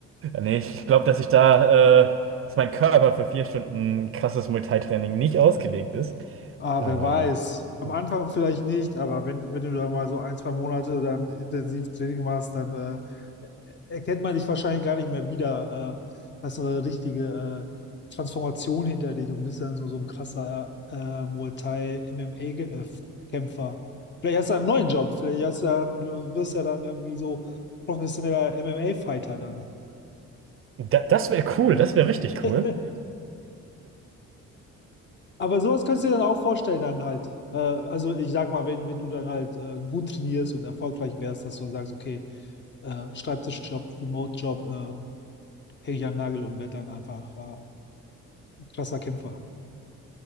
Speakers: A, on the right (about 45°); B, on the left (about 40°).
A: Nee, ich glaube, dass ich da, äh, dass mein Körper für vier Stunden krasses Multitraining nicht ausgelegt ist.
B: Ah,
A: Ähm,
B: wer weiß. Am
A: ja.
B: Anfang vielleicht nicht, aber wenn, wenn du da mal so ein, zwei Monate dann intensiv Training machst, dann äh, erkennt man dich wahrscheinlich gar nicht mehr wieder. Äh, hast so eine richtige äh, Transformation hinter dich und bist dann so, so ein krasser äh, Muay Thai-MMA-Kämpfer. Vielleicht hast du einen neuen Job, vielleicht hast du dann, du wirst ja dann irgendwie so professioneller MMA-Fighter dann.
A: da, das wäre cool, das wäre richtig
B: <laughs>
A: cool.
B: Aber sowas kannst du dir dann auch vorstellen, dann halt. Äh, also ich sag mal, wenn, wenn du dann halt äh, gut trainierst und erfolgreich wärst, dass du dann sagst, okay, äh, Schreibtischjob, Remote-Job, äh, hänge ich an den Nagel und werde dann einfach äh, krasser Kämpfer.